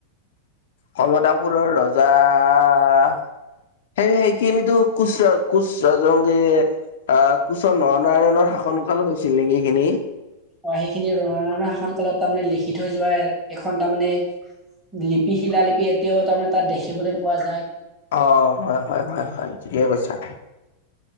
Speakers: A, on the left (about 70°); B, in the centre.
A: কমতাপুৰৰ ৰজাৰ। সেৰি হেই কিন্তু কুচৰা কুচ ৰাজংগিয়ে আহ কুশৰ নৰনাৰায়ণৰ শাসনকালত হৈছিল নেকি সেইখিনি?
B: অ' হেইখিনি নৰনাৰায়ণৰ শাসন কালত তাৰমানে লিখি থৈ যোৱা এখন তাৰমানে লিপি শিল লিপি এতিয়াও তাৰমানে তাত দেখিবলৈ পোৱা যায়
A: অ' হয় হয় হয় হয় ঠিকে কৈছা।